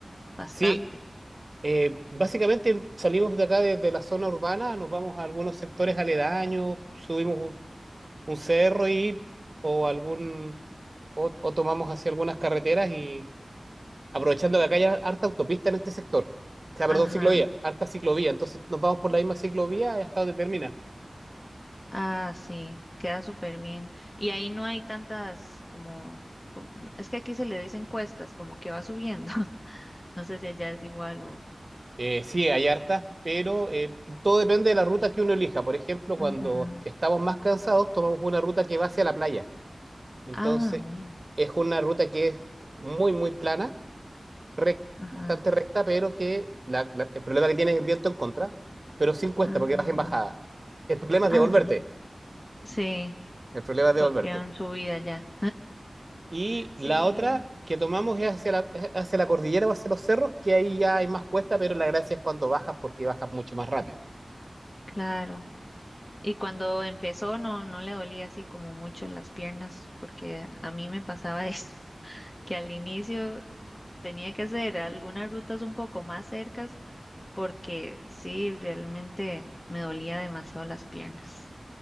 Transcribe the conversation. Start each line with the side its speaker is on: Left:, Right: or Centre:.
Left: bastante.
Right: Sí, Eh, básicamente salimos de acá desde la zona urbana, nos vamos a algunos sectores aledaños, subimos un, un cerro y o algún o, o tomamos hacia algunas carreteras y aprovechando que acá hay harta autopista en este sector. O sea,
Left: Ajá.
Right: perdón, ciclovía, harta ciclovía. Entonces nos vamos por la misma ciclovía hasta donde termina.
Left: Ah, sí, queda súper bien. Y ahí no hay tantas como, como- es que aquí se le dicen cuestas, como que va subiendo. <laughs> No sé si allá es igual o.
Right: Eh, sí, hay hartas, pero eh, todo depende de la ruta que uno elija. Por ejemplo,
Left: Ajá.
Right: cuando estamos más cansados, tomamos una ruta que va hacia la playa. Entonces,
Left: Ah, bueno.
Right: es una ruta que es muy, muy plana rec-
Left: Ajá.
Right: bastante recta, pero que la- la- el problema que tienes es el viento en contra, pero sin cuesta
Left: Ajá.
Right: porque vas en bajada. El problema es
Left: Ah,
Right: devolverte,
Left: bueno. Sí,
Right: el problema es
Left: porque
Right: devolverte.
Left: en su ya.
Right: Y
Left: Sí,
Right: la otra que tomamos es hacia la, es hacia la cordillera o hacia los cerros, que ahí ya hay más cuesta, pero la gracia es cuando bajas porque bajas mucho más rápido.
Left: claro. Y cuando empezó no, no le dolía así como mucho las piernas, porque a mí me pasaba <laughs> eso. que al inicio tenía que hacer algunas rutas un poco más cercas porque sí, realmente me dolía demasiado las piernas.